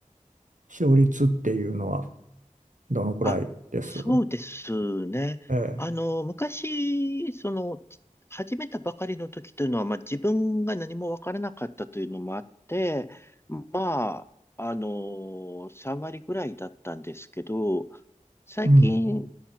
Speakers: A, on the right (about 70°); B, on the left (about 20°).
A: 勝率っていうのはどのくらいです
B: あ、そうですね。
A: ええ。
B: あの、昔、その、始めたばかりの時というのは、まあ、自分が何もわからなかったというのもあって、まあ、あの、3割ぐらいだったんですけど、最近、
A: うん。